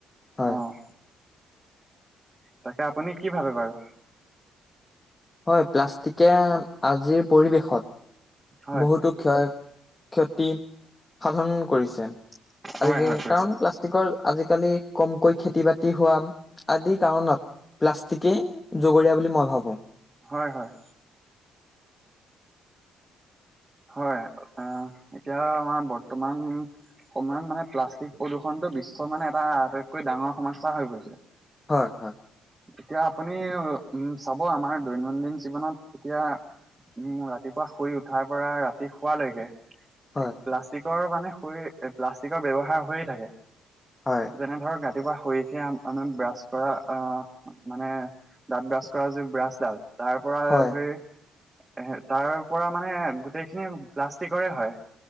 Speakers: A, on the left; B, on the right.
A: হয়
B: অ'। তাকে আপুনি কি ভাবে বাৰু?
A: হয়, প্লাষ্টিকে আজিৰ পৰিৱেশত
B: হয়
A: বহুতো ক্ষয়। ক্ষতি সাধন কৰিছে। আজি
B: হয় হয় কৰিছে
A: কাৰণ প্লাষ্টিকৰ আজিকালি কমকৈ খেতি বাত তি হোৱা আদি কাৰণত প্লাষ্টিকে জগৰীয়া বুলি মই ভাবো।
B: হয়, হয়। হয়, অহ, এতিয়া আমাৰ বৰ্তমান সমান মানে প্লাষ্টিক প্ৰদূষণটো বিশ্বৰ মানে এটা আটাইতকৈ ডাঙৰ সমস্যা হৈ পৰিছে।
A: হয়, হয়।
B: এতিয়া আপুনি উম, চাব আমাৰ দৈনন্দিন জীৱনত এতিয়া উম, ৰাতিপুৱা শুই উঠাৰ পৰা ৰাতি শুৱালৈকে
A: হয়
B: প্লাষ্টিক মানে শৈ প্লাষ্টিকৰ ব্যৱহাৰ হৈয়ে থাকে
A: হয়
B: যেনে ধৰক ৰাতিপুৱা শুই উঠিয়ে আম ব্ৰাছ কৰা মানে দাঁত ব্ৰাছ কৰা যি ব্ৰাছডাল তাৰ পৰা
A: হয়
B: ধৰি এ তাৰ পৰা মানে গোটেইখিনি প্লাষ্টিকৰে হয়।